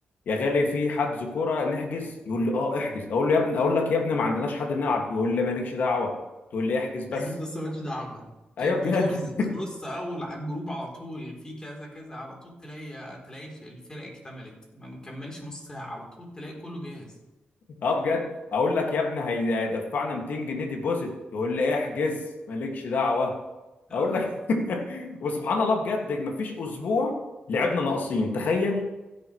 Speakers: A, on the left; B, on the left.
A: يا غالي في حجز كوره نحجز يقول لي اه احجز اقول له يا ابني اقول لك يا ابني ما عندناش حد نلعب يقول لي مالكش دعوه تقول لي احجز بس
B: احجز بس مالكش دعوة كانت
A: ايوه بجد
B: بترزق تخص اول على الجروب على طول في كذا كذا على طول تلاقي تلاقي الف- الفرق اكتملت ما مكملش نص ساعة على طول تلاقي كله جاهز
A: اه بجد اقول لك يا ابني هي- هيدفعنا 200 جنيه ديبوزيت يقول لي احجز مالكش دعوه
B: اه
A: اقول لك <laughs> وسبحان الله بجد مفيش اسبوع لعبنا ناقصين تخيل